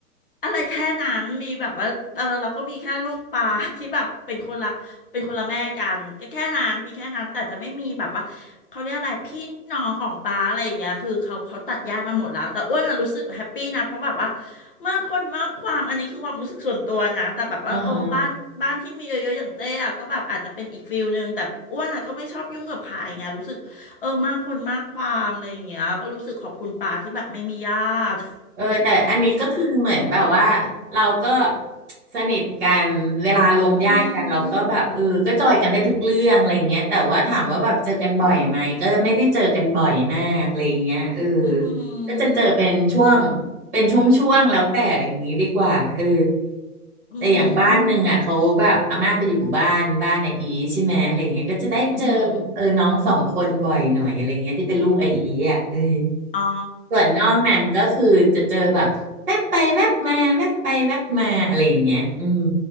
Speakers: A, on the left; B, on the right.
A: อะไรแค่นั้นมีแบบว่า เออเราก็มีแค่ลูกปลาที่แบบเป็นคนละเป็นคนละแม่กันก็แค่นั้นมีแค่นั้นแต่จะไม่มีแบบว่าเขาเรียกอะไรพี่น้องของปลาอะไรอย่างเงี้ยคือเขาเขาตัดญาติมาหมดแล้วแต่อ้วนอะรู้สึกแฮปปี้นะเพราะแบบว่ามากคนมากความอันนี้คือความรู้สึกส่วนตัวนะแต่แบบว่าเออบ้านบ้านที่มีเยอะๆอย่างเจ๊อะก็แบบอาจจะเป็นอีกฟิลนึงแต่อ้วนอะก็ไม่ชอบยุ่งกับใครไงรู้สึกเออมากคนมากความอะไรอย่างเงี้ยก็รู้สึกขอบคุณปลาที่แบบไม่มีญาติ
B: อ๋อฮะ เออแต่อันนี้ก็คือเหมือนแบบว่าเราก็สนิทกันเวลารวมญาติกันเราก็แบบเออก็จอยกันได้ทุกเรื่องอะไรอย่างเงี้ยแต่ว่าถามว่าแบบเจอกันบ่อยไหมก็จะไม่ได้เจอกันบ่อยมากอะไรอย่างเงี้ยเออ
A: อืม อืมอ
B: ก็จะเจอเป็นช่วง
A: ื
B: เป็นช่วงๆแล้วแต่อย่างนี้ดีกว่าเออ
A: อื
B: แต่อย่างบ้านหนึ่งอ่ะเขาแบบอาม่าไปอยู่บ้านบ้านไออีใช่ไหมอะไรอย่างเงี้ยก็จะได้เจอแบบเออน้องสองคนบ่อยหน่อยอะไรอย่างเงี้ยที่เป็นลูกไออีอ่ะเออ
A: ม อืมอ๋อ
B: ส่วนนอกนั้นก็คือจะเจอแบบแวบไปแวบมาแวบไปแวบมาอะไรอย่างเงี้ยอืม